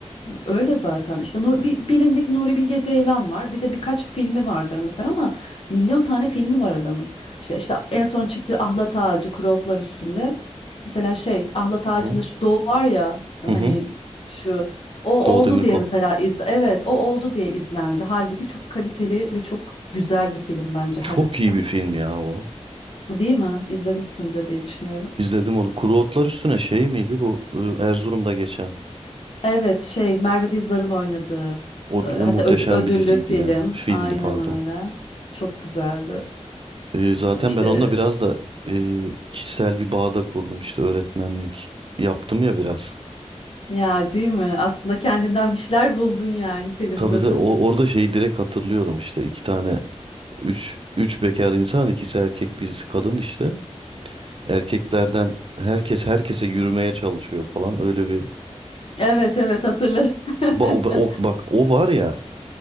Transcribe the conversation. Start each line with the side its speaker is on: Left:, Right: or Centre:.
Left: öyle zaten. İşte Nu- bi- bilindik Nuri Bilge Ceylan var. Bir de birkaç filmi vardır mesela ama milyon tane filmi var adamın. İşte işte en son çıktığı Ahlat Ağacı, Kuru Otlar Üstünde. Mesela şey Ahlat Ağacı'nda
Right: Hı
Left: şu Doğu var ya hani
Right: hı. hı.
Left: şu o
Right: Doğu
Left: oldu
Right: Demirkol.
Left: diye mesela iz evet o oldu diye izlendi. Halbuki çok kaliteli ve çok güzel bir film bence
Right: Çok
Left: her açıdan.
Right: iyi bir film ya o.
Left: Değil mi? İzlemişsindir diye düşünüyorum.
Right: İzledim onu. Kuru Otlar Üstüne şey miydi bu? Ee, Erzurum'da geçen.
Left: Evet şey Merve Dizdar'ın oynadığı
Right: O,
Left: e, hatta
Right: o muhteşem
Left: öd- ödüllü
Right: bir diziydi
Left: film.
Right: ya. Filmdi
Left: Aynen
Right: pardon.
Left: öyle. Çok güzeldi.
Right: Ee, zaten
Left: İşte
Right: ben onunla biraz da e, kişisel bir bağda kurdum. İşte öğretmenlik yaptım ya biraz.
Left: ya değil mi? Aslında kendinden bir şeyler buldun yani filmde
Right: Tabii tabii
Left: de.
Right: o- orada şeyi direkt hatırlıyorum işte iki tane üç, üç bekar insan ikisi erkek birisi kadın işte. Erkeklerden herkes herkese yürümeye çalışıyor falan öyle bir.
Left: Evet evet hatırladım.
Right: Ba- o,
Left: <laughs>
Right: o- bak o var ya